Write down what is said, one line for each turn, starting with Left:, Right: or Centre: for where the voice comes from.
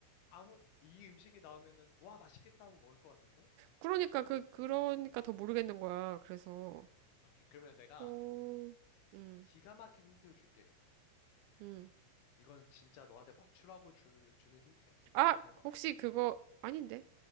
Left: 아무, 이 음식이 나오면은, 와, 맛있겠다고 먹을 것 같은데?
Right: 그러니까 그, 그러니까 더 모르겠는 거야. 그래서.
Left: 오케이, 그러면 내가
Right: 어, 음,
Left: 기가 막힌 힌트를 줄게.
Right: 음.
Left: 이거는 진짜 너한테 맞추라고 줄, 주는 힌트야.
Right: 아,
Left: 잘 봐.
Right: 혹시 그거 아닌데?